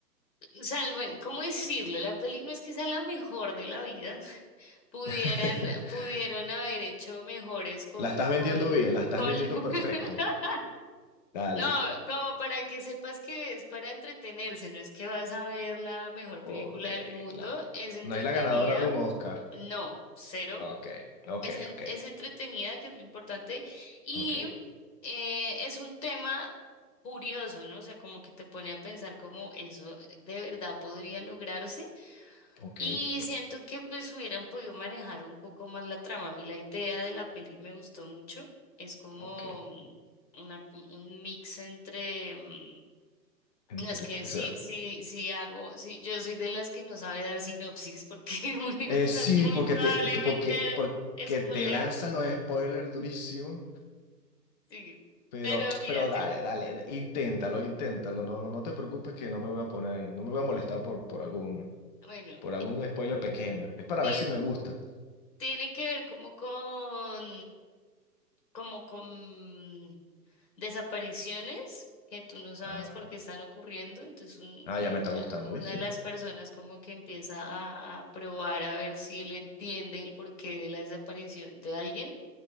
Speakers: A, on the left; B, on the left.
A: sea, bueno, ¿cómo decirlo? La peli no es que sea la mejor de la vida, <laughs> pudieran,
B: <laughs>
A: pudieron haber hecho mejores cosas
B: La estás vendiendo
A: con,
B: bien, la estás
A: con,
B: vendiendo
A: <laughs>
B: perfecto. Dale.
A: No, como para que sepas que es para entretenerse, no es que vas a ver la mejor
B: Ok,
A: película del mundo,
B: no.
A: es entretenida,
B: No es la ganadora de un Oscar.
A: no, cero,
B: Ok, ok,
A: es, en-
B: ok,
A: es entretenida, que es lo importante, y
B: ok,
A: eh, es un tema curioso, ¿no? O sea, como que te pone a pensar cómo eso eh, de verdad podría lograrse.
B: ok,
A: Y siento que pues hubieran podido manejar un poco más la trama. A mí la idea de la peli me gustó mucho. Es como
B: ok.
A: mm, una, un mix entre... mm,
B: ¿Entre
A: no, Es que
B: qué
A: sí,
B: será?
A: sí, sí hago, sí, yo soy de las que no sabe dar sinopsis porque <laughs> muy,
B: Eh, sí,
A: muy
B: porque
A: probablemente
B: te, te- porque, porque
A: espoleo,
B: te lanzan los spoilers durísimos,
A: sí,
B: pero,
A: pero míratela.
B: pero dale, dale, inténtalo, inténtalo. No, no te preocupes que no me voy a poner, no me voy a molestar por, por algún,
A: Bueno,
B: por algún spoiler pequeño. Es para
A: el,
B: ver si me gusta.
A: Tiene que ver como con, como con desapariciones que tú no sabes
B: Ah,
A: por qué están ocurriendo. Entonces un-
B: ah, ya
A: eh,
B: me está gustando,
A: una
B: ¿viste?
A: de las personas como que empieza a, a probar a ver si él entiende el porqué de la desaparición de alguien.